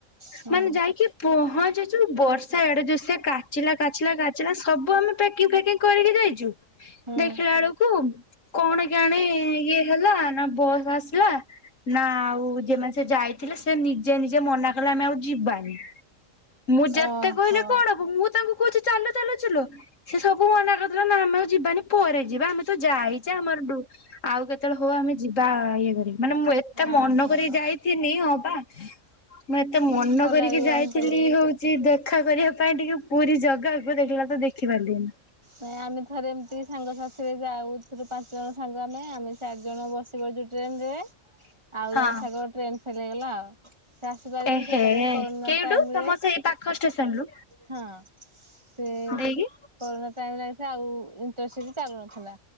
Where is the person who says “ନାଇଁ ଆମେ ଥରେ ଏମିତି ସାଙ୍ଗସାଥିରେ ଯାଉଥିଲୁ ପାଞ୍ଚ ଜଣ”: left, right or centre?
Right